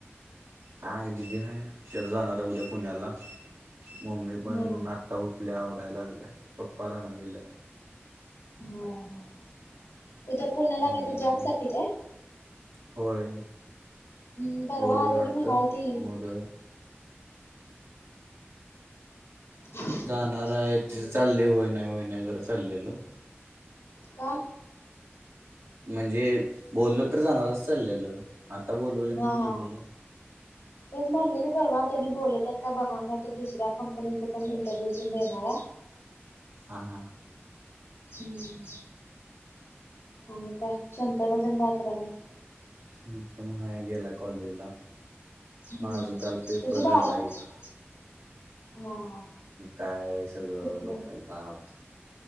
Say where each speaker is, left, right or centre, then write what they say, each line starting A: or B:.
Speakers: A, on the right; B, on the left.
A: हाय, दिदी हाय, ती आता जाणार आहे उद्या पुण्याला, मम्मी पण
B: हां
A: आत्ता उठल्या आवराय लागल्या, पप्पा रानात गेल्यात.
B: हा ह, उद्या पुण्याला
A: हम्म
B: काय ते जॉब साठी काय?
A: होय,
B: हम्म, परवा
A: बोलवलंय
B: आलेली
A: वाटतं,
B: म्हणाल ती
A: मग
B: हां
A: जाणार आहे, तिथं
B: हां आणि
A: चाललय होय, नाही, होय, नाही, करत चाललेलं.
B: का?
A: म्हणजे बोललो तर जाणारच अस चाललेलं, आता बोलवलं म्हणून
B: हा
A: निघाल्या.
B: हा तेच म्हणलेली परवा, त्यानी बोलवत्यात काय बघणार नाही तर, दुसऱ्या कंपनीचा पण इंटरव्यूव देणार आहे.
A: हा हा.
B: हम्म! आणि काय शंतनू तेन काय कराल्यात?
A: शंतनु हाय, गेलाय कॉलेजला.
B: हम्म
A: माझा
B: हम्म
A: काल पेपर
B: त्याची बारावी
A: झाला एक.
B: हा हा
A: काय सगळं
B: कुठलं
A: डोक्याला ताप.